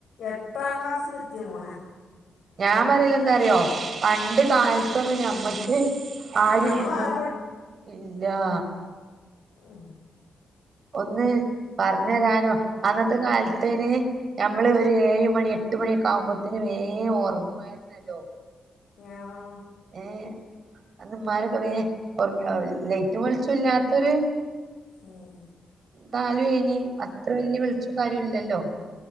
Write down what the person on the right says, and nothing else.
ഞാ പറ്യലെന്താറ്യോ പണ്ട് കാൽത്തൊന്നും ഞമ്മക്ക് ആരുംര്ന്ന്
ഇല്ലാ
ഒന്ന് പർഞ്ഞരാനോ അന്നത്തെ കാൽത്തയ്ന് ഞമ്മള് ഒരു ഏഴ് മണി എട്ട് മണിയക്കാവ്മ്പോത്തിന് വേം ഒർങ്ങുവാര്ന്നല്ലോ.
ഏഹ അന്ന്മ്മാരൊക്കെ വേ ഒർങ്ങ്യൊ ലൈറ്റും വെൾച്ചുംല്ലാത്തൊര്
കാലുവേനി അത്ര വല്ല്യ വെൾച്ചും കാര്യും ഇല്ലല്ലോ